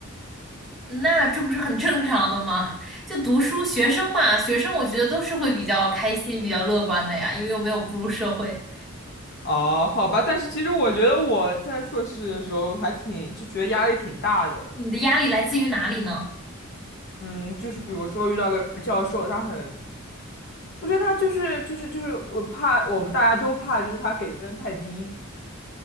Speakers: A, in the centre; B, on the left.
A: 那这不是很正常的吗？就读书，学生嘛，学生我觉得都是会比较开心、比较乐观的呀，因为又没有步入社会。
B: 哦，好吧，但是其实我觉得我在硕士的时候还挺，就觉得压力挺大的。
A: 你的压力来自于哪里呢？
B: 嗯，就是比如说遇到个教授，他很我觉得他就是就是就是我怕我们大家都怕，就是他给分太低，